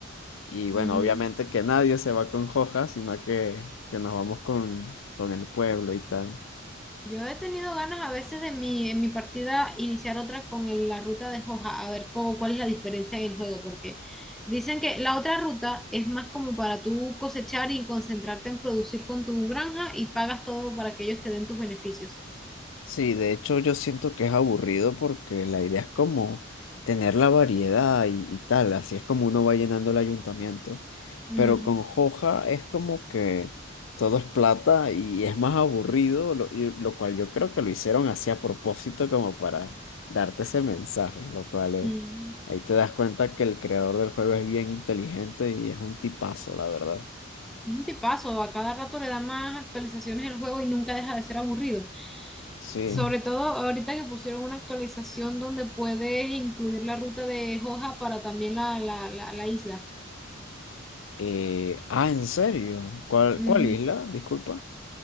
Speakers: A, on the left (about 75°); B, in the centre.
A: Y bueno,
B: ujú.
A: obviamente que nadie se va con Joja, sino que, que nos vamos con, con el pueblo y tal.
B: Yo he tenido ganas a veces de mi, en mi partida iniciar otra con el- la ruta de Hoja, a ver cómo, cuál es la diferencia en el juego, porque dicen que la otra ruta es más como para tú cosechar y concentrarte en producir con tu granja y pagas todo para que ellos te den tus beneficios.
A: Sí, de hecho yo siento que es aburrido porque la idea es como tener la variedad y, y tal, así es como uno va llenando el ayuntamiento,
B: Ujú.
A: pero con Joja es como que todo es plata y es más aburrido, lo, y lo cual yo creo que lo hicieron así a propósito como para darte ese mensaje, lo cual eh,
B: Mm.
A: ahí te das cuenta que el creador del juego es bien inteligente y es un tipazo, la verdad.
B: Es un tipazo, a cada rato le da más actualizaciones el juego y nunca deja de ser aburrido.
A: Sí.
B: Sobre
A: Mm.
B: todo ahorita que pusieron una actualización donde puedes incluir la ruta de Hoja para también la, la la- la isla.
A: Eh, ah, ¿en serio? ¿Cuál,
B: Ujú.
A: cuál isla? Disculpa,